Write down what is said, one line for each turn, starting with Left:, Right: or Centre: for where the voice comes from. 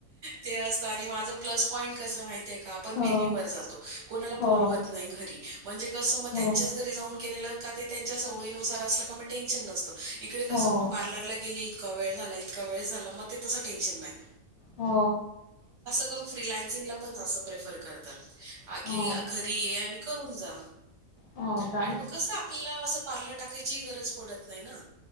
Right: ते असत आणि माझं प्लस पॉइंट कस माहित आहे ण
Left: हो
Right: वेन्यू जातो कोला
Left: हो
Right: बत नाही घरी म्हणजे कस म
Left: हो
Right: त्यांच्या घरी जाऊन के का ते त्यांच्या सवयनुसार असल का मग टेन्शन नसतं इकडे कास
Left: हो
Right: मग पार्लरला गेले इतका वेळ झाला इतका वेळ झाला मग ते तसा टेन्शन नाही
Left: हो
Right: फ्रीलासिंगला पण जास्त प्रेफर करतात
Left: हो
Right: घरी ये आणि करून जा.
Left: हो का
Right: आणि मग कसं आपल्याला असं पार्लर टाकायची गरज पडत नाही ना.